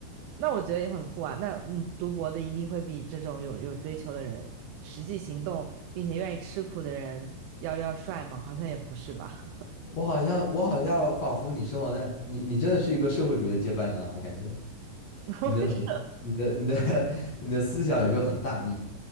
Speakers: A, on the right; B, on the left.
A: 那我觉得也很酷啊。那你读博的一定会比这种有有追求的人，实际行动并且愿意吃苦的人要要帅吗？好像也不是吧。
B: 我好像，我好像仿佛你生活在你，你真的是一个社会主义的接班人啊！我感觉
A: <laughs>
B: 你的很多你的你的 <laughs> 你的思想有时候很大义，